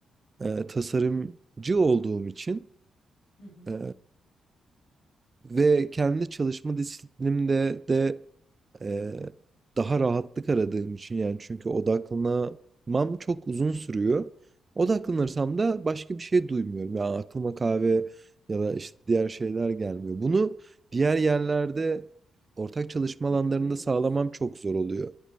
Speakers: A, on the right; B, on the left.
A: e, tasarımcı olduğum için
B: Hı hı,
A: e, ve kendi çalışma disiplinimde de Ee, daha rahatlık aradığım için yani çünkü odaklanamam çok uzun sürüyor. Odaklanırsam
B: hı hı.
A: da başka bir şey duymuyorum. Yani aklıma kahve ya da işte diğer şeyler gelmiyor. Bunu diğer yerlerde ortak çalışma
B: Yakalayamıyor
A: alanlarında sağlamam
B: musun?
A: çok zor oluyor.